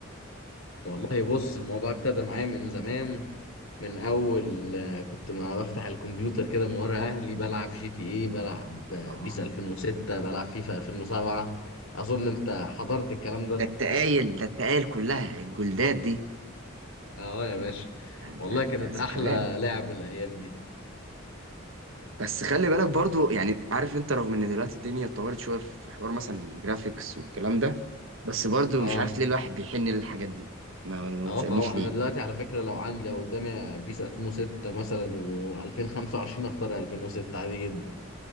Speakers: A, on the left; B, on the right.
A: والله بص الموضوع ابتدى معايا من زمان من اول آه، كنت ما بفتح الكمبيوتر كده من ورا اهلي بلعب جي تي اي بلعب آه،
B: آه،
A: بيس 2006 بلعب فيفا 2007 اظن انت حضرت الكلام ده
B: ده التقايل ده التقايل كلها الجلدات دي
A: اه يا باشا
B: ده انت
A: والله
B: انت
A: كانت احلى
B: ذكريات
A: لعب الايام دي
B: بس خلي بالك برضو يعني عارف انت رغم ان دلوقتي الدنيا اتطورت شويه في حوار مثلا الجرافيكس والكلام ده بس برضو
A: اه
B: مش عارف ليه الواحد بيحن للحاجات دي ما, ما
A: اه
B: تسالنيش
A: طبعا
B: ليه
A: انا دلوقتي على فكرة لو عندي لو قدامي بيس 2006 مثلا و2025 اختار 2006 عادي جدا